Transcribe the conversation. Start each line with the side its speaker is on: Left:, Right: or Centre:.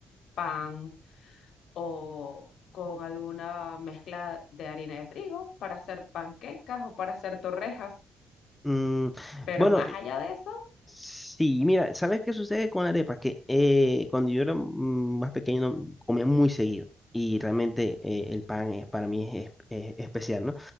Left: pan o con alguna mezcla de harina de trigo para hacer panquecas o para hacer torrejas.
Centre: mm,
Left: Pero
Centre: bueno,
Left: más allá de eso,
Centre: Sí, mira, ¿sabes qué sucede con la arepa? Que eh, cuando yo era mm, más pequeño no, comía muy seguido y realmente eh, el pan es, para mí es, es- es especial, ¿no?